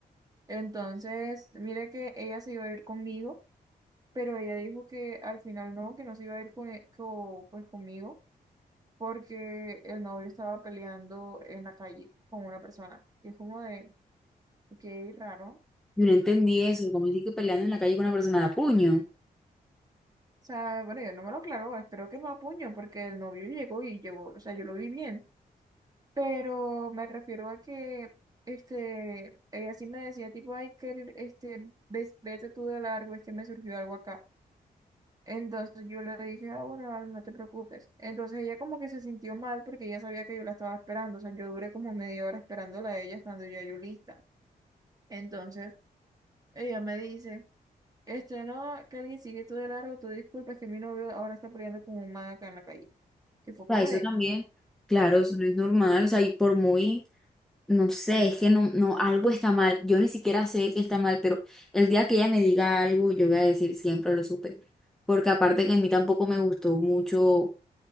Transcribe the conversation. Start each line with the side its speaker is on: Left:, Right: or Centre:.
Right: Entonces, mire que ella se iba a ir conmigo, pero ella dijo que al final no, que no se iba a ir con, e- co- pues conmigo porque el novio estaba peleando en la calle con una persona. Y es como de, qué raro.
Centre: Yo no entendí eso, como así que peleando en la calle con una persona de a puño.
Right: O sea, bueno, yo no me lo aclaró, espero que no a puño, porque el novio llegó y llegó, o sea, yo lo vi bien, pero me refiero a que, este, ella sí me decía, tipo, ay, que, este, ves- vete tú de largo, es que me surgió algo acá. Entonces yo le dije, ah, bueno, Aaron, no te preocupes. Entonces ella como que se sintió mal porque ella sabía que yo la estaba esperando, o sea, yo duré como media hora esperándola a ella, estando ya yo lista. Entonces ella me dice... Este, no, que alguien sigue tú de largo, tú disculpas que mi novio ahora está peleando con un man acá en la calle. Y fue como
Centre: O sea, eso
Right: de,
Centre: también, claro,
Right: Ok.
Centre: eso no es normal, o sea, y por muy No sé, es que no, no, algo está mal. Yo ni siquiera sé que está mal, pero el día que ella me diga algo, yo voy a decir siempre lo supe. Porque aparte que a mí tampoco me gustó mucho